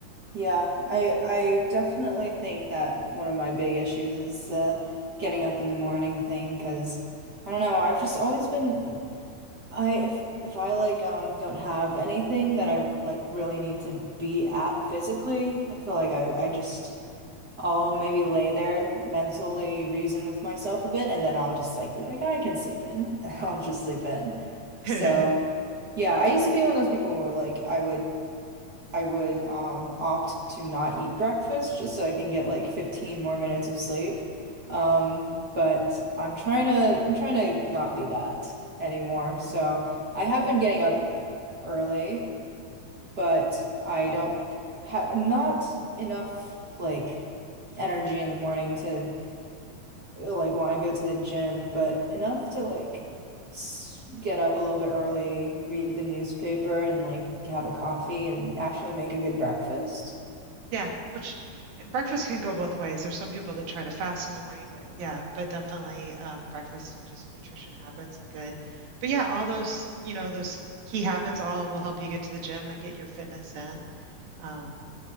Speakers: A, on the right (about 35°); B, on the right (about 80°).
A: Yeah, I I definitely think that one of my big issues is uh getting up in the morning thing. Cause I don't know, I've just always been I if if I like um don't have anything that I like really need to be at physically, I feel like I I just I'll maybe lay there mentally reason with myself a bit and then I'll just like be like I can sleep in. <laughs> I'll just sleep in.
B: <laughs>
A: So, yeah, I used to be one of those people who like I would I would um opt to not eat breakfast just so I can get like 15 more minutes of sleep. Um, but I'm trying to I'm trying to not be that anymore. So I have been getting up early, but I don't have not enough like energy in the morning to like want to go to the gym, but enough to like s- get up a little bit early, read the newspaper, and like have a coffee and actually make a good breakfast.
B: Yeah, which eh, breakfast can go both ways. There's some people that try to fast in the morning, but yeah, but definitely um, breakfast and just nutrition habits are good. But yeah, all those, you know, those key habits all will help you get to the gym and get your fitness in. Um,